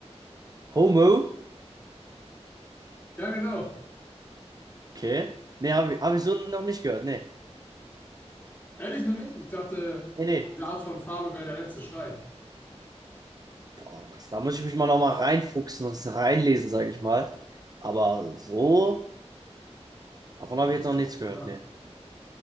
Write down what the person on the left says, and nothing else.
Ja, genau.
Ehrlich noch nicht? Ich dachte,
diese Art von Farbe wäre der letzte Schrei.
Das
hätte
ich nicht
gedacht.